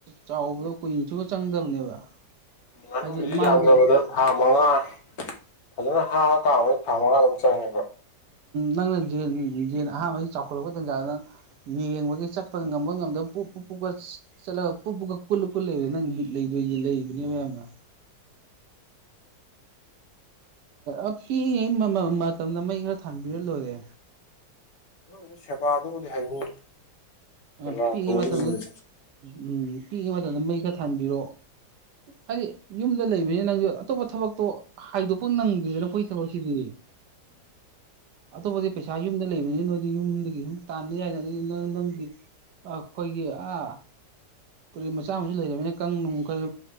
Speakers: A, on the right (about 70°); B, on the left (about 60°).
A: ꯆꯥꯎꯕꯗ ꯀꯨꯏꯅ ꯁꯨꯕ ꯆꯪꯗꯕꯅꯦꯕ
B: ꯎ ꯉꯥꯅꯨꯁꯤ
A: ꯍꯥꯏꯗꯤ ꯃꯥꯗ
B: ꯌꯥꯝꯗꯕꯗ ꯊꯥ ꯃꯉꯥ ꯐꯖꯅ ꯍꯥ ꯀꯥꯕꯩ ꯊꯥ ꯃꯉꯥ ꯑꯗꯨꯝ ꯆꯪꯉꯦꯕ
A: ꯅꯪꯅ ꯖꯦꯟ ꯑꯍꯥꯟꯕꯒꯤ ꯆꯥꯎꯈꯠꯂꯛꯄ ꯇꯥꯟꯖꯥꯗꯨꯅ ꯌꯦꯡꯕꯒꯤ ꯆꯠꯄ ꯉꯝꯕ ꯉꯝꯗꯕ ꯄꯨ ꯄꯨꯛꯀ ꯆꯠꯂꯒ ꯄꯨ ꯀꯨꯜ ꯀꯨ ꯂꯩꯕ ꯅ ꯕꯤꯠ ꯂꯩꯗꯣꯏ ꯂꯩꯕꯅꯦ ꯃꯌꯥꯝꯅ ꯑꯄꯤꯛꯉꯩ ꯃꯇꯝꯗ ꯃꯩ ꯈꯔ ꯊꯥꯟꯕꯤꯔ ꯂꯣꯏꯔꯦ
B: ꯑꯗꯨ ꯍꯧ ꯁꯦꯕꯥꯗꯨꯕꯨꯗꯤ ꯍꯩꯅꯤ ꯁꯦꯕꯥ
A: ꯄꯤꯛꯏꯉꯩ
B: ꯇꯧꯕꯩꯗꯨꯕꯨꯗꯤ
A: ꯃꯇꯝꯗ ꯎꯝ ꯄꯤꯛꯏꯉꯩ ꯃꯇꯝꯗ ꯃꯩ ꯈꯔ ꯊꯥꯟꯕꯤꯔꯛꯑꯣ ꯍꯥꯏꯗꯤ ꯌꯨꯝꯗ ꯂꯩꯕꯅꯤ ꯅꯪꯁꯨ ꯑꯇꯣꯞꯄ ꯊꯕꯛꯇꯣ ꯍꯥꯏꯗꯣꯛꯄ ꯅꯪꯗꯦꯗꯅ ꯑꯩꯈꯣꯏ ꯊꯕꯛꯁꯤꯗꯤ ꯑꯇꯣꯞꯄꯗꯤ ꯄꯩꯁꯥ ꯌꯨꯝꯗ ꯂꯩꯕꯅꯤꯅ ꯅꯣꯏꯗꯤ ꯌꯨꯝꯗꯒꯤ ꯁꯨꯝ ꯇꯥꯟꯅꯤ ꯌꯥꯏꯅ ꯑꯗꯨꯗꯤ ꯅ ꯅꯪꯒꯤ ꯑꯩꯈꯣꯏꯒꯤ ꯑ ꯇꯨꯔꯦꯟ ꯃꯆꯥ ꯑꯃꯁꯨ ꯂꯩꯔꯕꯅꯤꯅ ꯀꯅꯨꯡ ꯀꯔꯤ